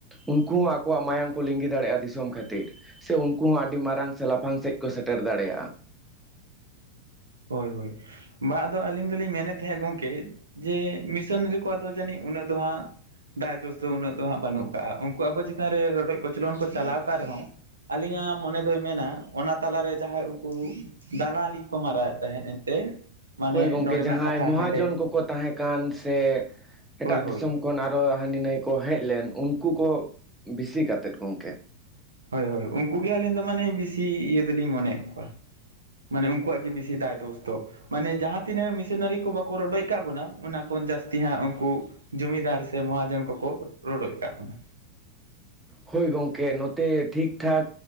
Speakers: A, in the centre; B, on the right (about 75°).
A: ᱩᱱᱠᱩ ᱦᱚᱸ ᱟᱠᱚᱣᱟᱜ ᱢᱟᱭᱟᱝ ᱠᱚ ᱞᱤᱸᱜᱤ ᱫᱟᱲᱮᱭᱟᱜᱼᱟ ᱫᱤᱥᱚᱢ ᱠᱷᱟᱹᱛᱤᱨ ᱥᱮ ᱩᱱᱠᱩ ᱦᱚᱸ ᱟᱹᱰᱤ ᱢᱟᱨᱟᱝ ᱥᱮ ᱞᱟᱯᱷᱟᱝ ᱥᱮᱫ ᱠᱚ ᱥᱮᱴᱮᱨ ᱫᱟᱲᱮᱭᱟᱜᱼᱟ
B: ᱦᱳᱭ ᱦᱳᱭ ᱵᱟ ᱟᱫᱚ ᱟᱹᱞᱤᱧ ᱫᱚᱞᱤᱧ ᱢᱮᱱᱮᱫ ᱛᱟᱦᱮᱸᱱᱟ ᱜᱚᱢᱠᱮ ᱡᱮ ᱢᱤᱥᱚᱱᱟᱨᱤ ᱠᱚᱣᱟᱜ ᱫᱚ ᱡᱟᱹᱱᱤᱡ ᱩᱱᱟᱹᱜ ᱫᱚ ᱦᱟᱸᱜ ᱫᱟᱭ ᱫᱳᱥ ᱫᱚ ᱩᱱᱟᱹᱜ ᱫᱚ ᱦᱟᱸᱜ ᱵᱟᱹᱱᱩᱜ ᱠᱟᱜᱼᱟ ᱩᱱᱠᱩ ᱟᱵᱚ ᱪᱮᱛᱟᱱ ᱨᱮ ᱨᱚᱰᱚᱡ ᱠᱚᱪᱞᱚᱱ ᱠᱚ ᱪᱟᱞᱟᱣ ᱟᱠᱟᱫ ᱨᱮᱦᱚᱸ ᱟᱹᱞᱤᱧᱟᱜ ᱢᱚᱱᱮ ᱫᱚᱭ ᱢᱮᱱᱟ ᱚᱱᱟ ᱛᱟᱞᱟᱨᱮ ᱡᱟᱦᱟᱸᱭ ᱩᱱᱠᱩ ᱫᱟᱞᱟᱱᱤ ᱠᱚ ᱢᱟᱨᱟᱣᱮᱫ ᱛᱟᱦᱮᱸᱱ ᱮᱱᱛᱮ ᱢᱟᱱᱮ
A: ᱦᱳᱭ ᱜᱚᱢᱠᱮ
B: ᱱᱚᱰᱮᱱᱟᱜ
A: ᱡᱟᱦᱟᱸᱭ
B: ᱠᱟᱛᱷᱟ
A: ᱢᱚᱦᱟᱡᱚᱱ
B: ᱦᱟᱸᱰᱮ
A: ᱠᱚᱠᱚ ᱛᱟᱦᱮᱸ ᱠᱟᱱ ᱥᱮ ᱮᱴᱟᱜ
B: ᱦᱳᱭ ᱦᱳᱭ
A: ᱫᱤᱥᱚᱢ ᱠᱷᱚᱱ ᱟᱨᱚ ᱦᱟᱹᱱᱤ ᱱᱟᱹᱭ ᱠᱚ ᱦᱮᱡ ᱞᱮᱱ ᱩᱱᱠᱩ ᱠᱚ ᱵᱮᱥᱤ ᱠᱟᱛᱮᱫ ᱜᱚᱢᱠᱮ
B: ᱦᱳᱭ ᱦᱳᱭ ᱩᱱᱠᱩ ᱜᱮ ᱟᱹᱞᱤᱧ ᱫᱚ ᱢᱟᱱᱮ ᱵᱮᱥᱤ ᱤᱭᱟᱹ ᱫᱚᱞᱤᱧ ᱢᱚᱱᱭᱮᱫ ᱠᱚᱣᱟ ᱢᱟᱱᱮ ᱩᱱᱠᱩᱣᱟᱜ ᱜᱮ ᱵᱤᱥᱤ ᱫᱟᱭ ᱫᱳᱥ ᱫᱚ ᱢᱟᱱᱮ ᱡᱟᱦᱟᱸ ᱛᱤᱱᱟᱹᱜ ᱢᱤᱥᱟᱹᱱᱟᱨᱤ ᱠᱚ ᱵᱟᱠᱚ ᱨᱚᱰᱚᱡ ᱟᱠᱟᱫ ᱵᱚᱱᱟ ᱚᱱᱟ ᱠᱷᱚᱱ ᱡᱟᱹᱥᱛᱤ ᱦᱟᱸᱜ ᱩᱱᱠᱩ ᱡᱚᱢᱤᱫᱟᱨ ᱥᱮ ᱢᱚᱦᱟᱡᱚᱱ ᱠᱚᱠᱚ ᱨᱚᱰᱚᱡ ᱟᱠᱟᱫ ᱵᱚᱱᱟ
A: ᱦᱳᱭ ᱜᱚᱢᱠᱮ ᱱᱚᱛᱮ ᱴᱷᱤᱠ ᱴᱷᱟᱠ